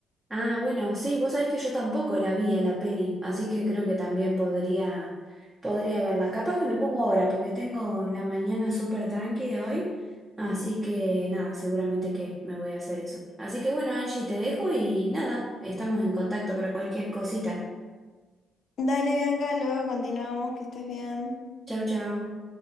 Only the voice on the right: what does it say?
Ah, bueno, sí, vos sabés que yo tampoco la vi a la peli, así que creo que también podría, podría verla. Capaz que me pongo ahora, porque tengo la mañana súper tranqui de hoy, así que nada, seguramente que me voy a hacer eso. Así que bueno, Angie, te dejo y nada, estamos en contacto para cualquier cosita.
Chau, chau.